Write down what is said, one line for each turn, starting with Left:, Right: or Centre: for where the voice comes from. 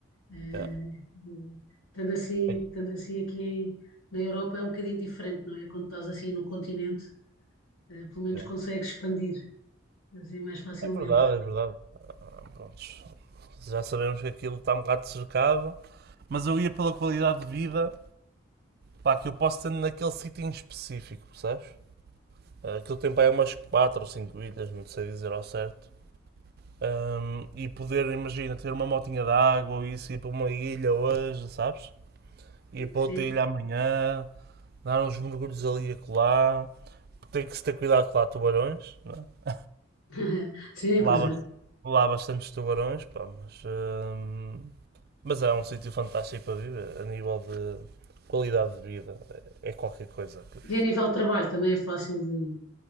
Left: Eh,
Right: Yeah,
Left: Estando assim,
Right: é,
Left: estando assim aqui em- na Europa é um bocadinho diferente, não é? Quando estás assim no continente, eh, pelo menos
Right: yeah.
Left: consegues expandir assim mais facilmente.
Right: É verdade, é verdade. Ah, prontos. Já sabemos que aquilo está um bocado cercado, mas eu ia pela qualidade de vida pá, que eu posso ter naquele sítio em específico, percebes? Ah, Aquilo tem para aí umas 4 ou 5 ilhas, não sei dizer ao certo. Ahm, e poder, imagina, ter uma motinha de água ou isso, ir para uma ilha hoje, sabes? Ir para
Left: Sim,
Right: outra ilha amanhã, dar uns mergulhos ali e acolá. Tem que se ter cuidado com lá tubarões, não é?
Left: <laughs> sim,
Right: Lá,
Left: pois
Right: bas-
Left: é.
Right: lá bastantes tubarões, pá, mas, ahm, mas é um sítio fantástico para viver, a nível de qualidade de vida, é é qualquer coisa. aquilo.
Left: E a nível de trabalho também é fácil de,